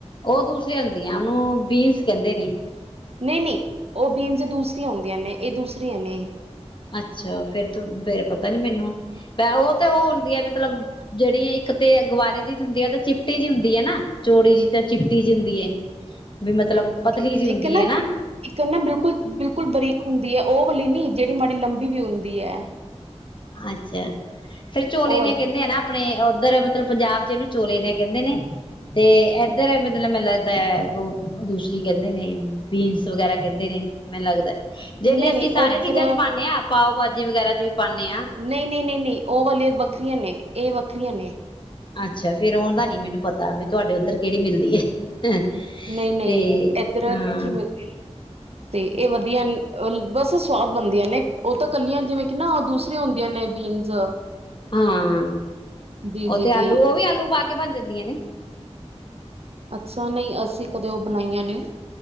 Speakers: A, on the left; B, on the right.
A: ਉਹ ਦੂਸਰੇ ਅੰਦਰ ਉਹਨੂੰ ਬੀਨਸ ਕਹਿੰਦੇ ਨੇ
B: ਨਹੀਂ ਨਹੀਂ ਉਹ ਬੀਨਜ਼ ਦੂਸਰੀਆਂ ਹੁੰਦੀਆਂ ਨੇ ਇਹ ਦੂਸਰੀਆਂ ਨੇ
A: ਅੱਛਾ ਫੇਰ ਫੇਰ ਪਤਾ ਨੀ ਮੈਨੂੰ ਉਹ ਤੇ ਉਹ ਹੁੰਦੀ ਹੈ ਮਤਲਬ ਜਿਹੜੀ ਇੱਕ ਤੇ ਗਵਾਰੀ ਦੀ ਹੁੰਦੀ ਆ ਤੇ ਚਿਪਟੀ ਜਿਹੀ ਹੁੰਦੀ ਹੈ ਨਾ ਚੋੜੀ ਜਿਹੀ ਚਿਪਟੀ ਜਿਹੀ ਹੁੰਦੀ ਹੈ ਵੀ ਮਤਲਬ ਪਤਲੀ
B: ਇੱਕ
A: ਜਿਹੀ ਹੁੰਦੀ
B: ਇੱਕ ਨਾ
A: ਹੈ
B: ਇੱਕ ਨਾ ਬਿਲਕੁਲ ਬਿਲਕੁਲ ਬਰੀਕ ਹੁੰਦੀ ਹੈ ਉਹ <inaudible> ਨੀ ਜਿਹੜੀ ਮਾੜੀ ਲੰਬੀ ਵੀ ਹੁੰਦੀ ਹੈ
A: ਅੱਛਾ ਫੇਰ ਚੋਲੇ
B: ਉਹ
A: ਦੀਆਂ ਕਹਿੰਦੇ ਆ ਨਾ ਆਪਣੇ ਉੱਧਰ ਮਤਲਬ ਪੰਜਾਬ ਚ ਇਹਨੂੰ ਚੋਲੇ ਨੇ ਕਹਿੰਦੇ ਨੇ ਤੇ ਇੱਧਰ ਮਤਲਬ ਮੈਨੂੰ ਲੱਗਦਾ ਦੂਸਰੀ ਕਹਿੰਦੇ ਨੇ ਬੀਨਸ ਵਗੈਰਾ ਕਹਿੰਦੇ ਨੇ ਮੈਨੂੰ ਲੱਗਦਾ
B: ਵਾਲੀ
A: ਜਿਹੜੀ
B: ਨਹੀਂ
A: ਅਸੀਂ ਸਾਰੇ
B: ਉੱਧਰ
A: ਚੀਜ਼ਾਂ ਚ ਪਾਉਦੇ ਹਾਂ ਪਾਓ ਭਾਜੀ ਵਗੈਰਾ ਚ ਵੀ ਪਾਉਂਦੇ ਹਾਂ
B: ਨਹੀਂ ਨਹੀਂ ਨਹੀਂ ਨਹੀਂ ਉਹ ਵਾਲੀ ਵੱਖਰੀਆਂ ਨੇ ਇਹ ਵੱਖਰੀਆਂ ਨੇ
A: ਅੱਛਾ ਫੇਰ ਉਹਦਾ ਨੀ ਮੈਨੂੰ ਪਤਾ ਤੁਹਾਡੇ ਉੱਧਰ ਕਿਹੜੀ ਮਿਲਦੀ ਹੈ
B: ਨਹੀਂ ਨਹੀਂ
A: ਤੇ
B: ਇੱਧਰ
A: ਹਾਂ
B: ਦੂਸਰੀ ਮਿਲਦੀ ਤੇ ਇਹ ਵਧੀਆ ਬਸ ਸਵਾਦ ਬਣਦੀਆਂ ਨੇ ਉਹ ਤਾਂ ਕੱਲੀਆਂ ਜਿਵੇਂ ਕਿ ਨਾ ਦੂਸਰੀਆਂ ਹੁੰਦੀਆਂ ਨੇ ਬੀਨਸ
A: ਹਾਂ
B: ਜੀ
A: ਉਹ
B: ਜੀ
A: ਤੇ
B: ਜੀ
A: ਆਲੂ ਉਹ ਵੀ ਆਲੂ ਪਾ ਕੇ ਬਣ ਜਾਂਦੀਆਂ ਨੇ
B: ਅੱਛਾ ਨਹੀਂ ਅਸੀਂ ਕਦੇ ਉਹ ਬਣਾਈਆਂ ਨੇ